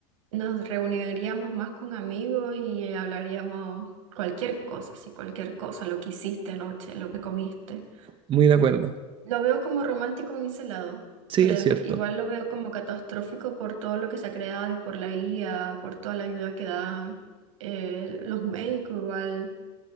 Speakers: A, on the right; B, on the right.
A: Nos reuniríamos más con amigos y hablaríamos cualquier cosa, sí, cualquier cosa, lo que hiciste anoche, lo que comiste.
B: Muy de acuerdo.
A: Lo veo como romántico en ese lado,
B: Sí,
A: pero
B: es cierto.
A: igual lo veo como catastrófico por todo lo que se ha creado y por la guía, por toda la ayuda que dan eh, los médicos, igual,